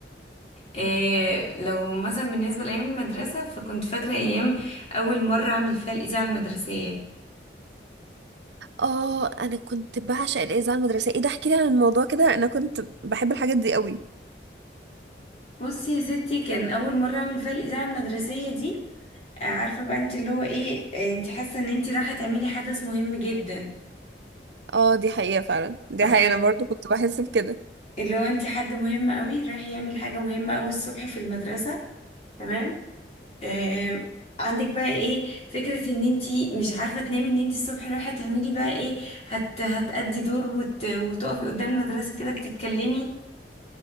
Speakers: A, on the left; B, on the right.
A: إيه لو مثلا بالنسبة لأيام المدرسة فكنت فاكرة أيام أول مرة أعمل فيها الإذاعة المدرسية
B: اه انا كنت بعشق الاذاعه المدرسيه ايه ده احكي لي عن الموضوع كده انا كنت بحب الحاجات دي قوي
A: بصي يا ستي كان أول مرة أعمل فيها الإذاعة المدرسية دي آه، عارفة بقى انت اللي هو ايه آه، انت حاسة ان انت رايحة تعملي حدث مهم جدا
B: اه دي حقيقه فعلا دي
A: ف-
B: حقيقه انا برضو كنت بحس بكده
A: اللي هو انت حد مهم قوي رايح يعمل حاجة مهمة قوي الصبح في المدرسة تمام آه، عندك بقى ايه فكرة ان انتي مش عارفة تنامي ان انتي الصبح رايحة تعملي بقى ايه هت هتأدي دور وت... وتقفي قدام المدرسة كده بتتكلمي